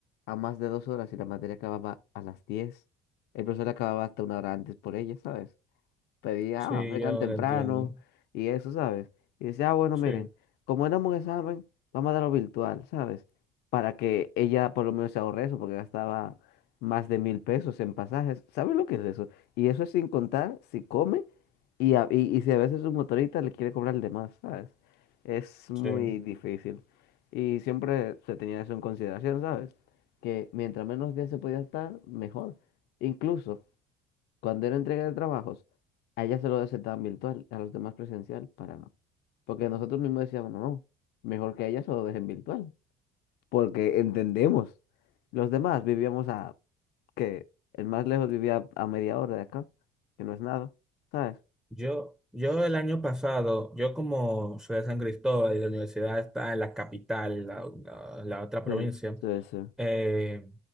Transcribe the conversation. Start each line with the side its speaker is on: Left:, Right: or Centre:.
Left: a más de dos horas y la materia acababa a las diez. El profesor acababa hasta una hora antes por ella, ¿sabes? Pedía,
Centre: Sí,
Left: ah, vengan
Centre: yo
Left: temprano
Centre: lo entiendo.
Left: y eso, ¿sabes? Y decía, ah, bueno,
Centre: Sí,
Left: miren, como éramos un examen, vamos a darlo virtual, ¿sabes? Para que ella por lo menos se ahorre eso, porque gastaba más de mil pesos en pasajes. ¿Sabes lo que es eso? Y eso es sin contar si come y, a- y, y si a veces su motorista le quiere cobrar de más, ¿sabes? Es muy
Centre: sí.
Left: difícil. Y siempre se tenía eso en consideración, ¿sabes? Que mientras menos días se podía estar, mejor. Incluso. Cuando era entrega de trabajos, a ella se lo aceptaban virtual, a los demás presencial, para no. Porque nosotros mismos decíamos, no, no, mejor que a ella se lo dejen virtual. Porque entendemos. Los demás vivíamos a, que el más lejos vivía a media hora de acá, que no es nada, ¿sabes?
Centre: Yo, yo el año pasado, yo como soy de San Cristóbal y la universidad está en la capital, la, la- la otra provincia,
Left: Sí, sí, sí.
Centre: eh,